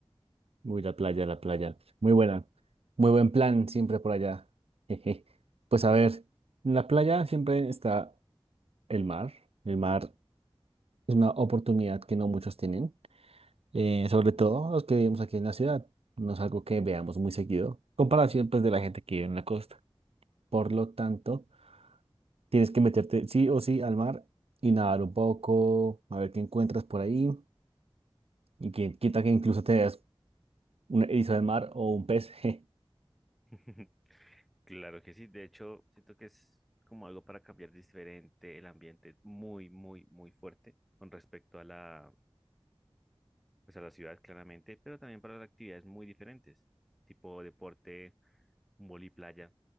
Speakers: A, on the right; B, in the centre.
A: Uy, la playa, la playa. Muy buena. Muy buen plan siempre por allá. <laughs> Jeje. Pues
B: <laughs>
A: a ver, en la playa siempre está el mar. El mar es una oportunidad que no muchos tienen, eh, sobre
B: Mm.
A: todo los que vivimos aquí en la ciudad. No es algo que veamos muy seguido, comparación pues de la gente que vive en la costa. Por lo tanto, tienes que meterte sí o sí al mar y nadar un poco, a ver qué encuentras por ahí y quien quita que incluso te des un erizo de mar o un pez. <laughs>
B: <laughs> Claro que sí, de hecho, siento que es como algo para cambiar diferente el ambiente, muy, muy, muy fuerte con respecto a la, pues a la ciudad, claramente, pero también para las actividades muy diferentes, tipo deporte, un boli playa,